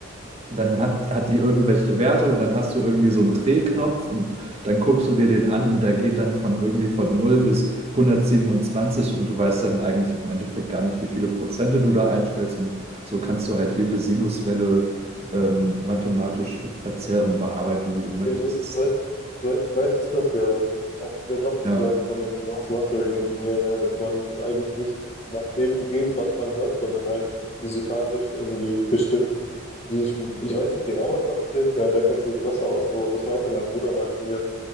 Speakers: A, on the right; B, on the left.
A: dann hat, hat die irgendwelche Werte und dann hast du irgendwie so einen Drehknopf und dann guckst du dir den an und der geht dann von irgendwie von null bis 127 und du weißt dann eigentlich im Endeffekt gar nicht, wie viele Prozente du da einstellst und so kannst du halt jede Sinuswelle ähm, mathematisch verzehren, bearbeiten, wie du möchtest.
B: Ja, so,
A: Das,
B: soweit, soweit ich weiß, ist das ja auch der Job sozusagen
A: ja.
B: von einem Mas- Mastering-Ingenieur, ne? Dass man eigentlich nicht nach dem geht, was man hört, sondern halt physikalisch irgendwie bestimmt, wie ich, ich weiß nicht genau, was da passiert, ja, da kennst du dich besser aus, aber das meinte mein Bruder mal zu mir,